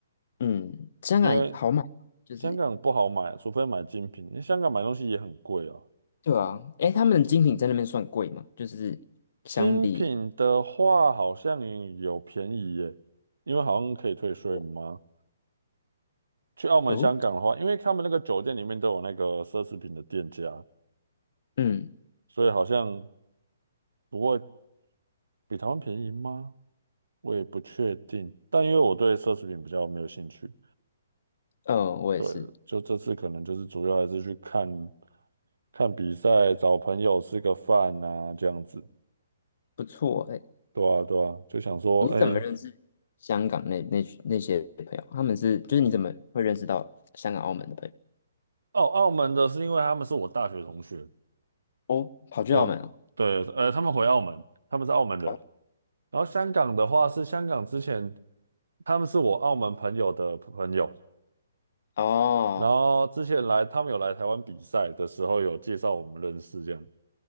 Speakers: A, on the left; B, on the right.
A: 嗯，香港好买，
B: 因为
A: 就是
B: 香港不好买啊，除非买精品，因为香港买东西也很贵啊。
A: 对啊。诶，他们的精品在那边算贵吗？就是相比
B: 精品的话好像有便宜耶，因为好像可以退税吗？
A: 我
B: 去澳门、
A: 哦，
B: 香港的话，因为他们那个酒店里面都有那个奢侈品的店家，
A: 嗯
B: 所以好像不会比台湾便宜吗？我也不确定。但因为我对奢侈品比较没有兴趣，
A: 呃，我也是
B: 对，就这次可能就是主要还是去看看比赛，找朋友吃个饭呐，这样子。
A: 不错诶。
B: 对啊，对啊，就想说，
A: 你是怎么认识香港那那那些朋友？
B: 哎、
A: 他们是就是你怎么会认识到香港、澳门的朋友？
B: 澳澳门的是因为他们是我大学同学。
A: 哦，跑去澳门哦，
B: 就对，呃，他们回澳门，他们是澳门人。
A: 哦，
B: 然后香港的话是香港之前，他们是我澳门朋友的朋友，
A: 哦，
B: 然后之前来他们有来台湾比赛的时候有介绍我们认识这样。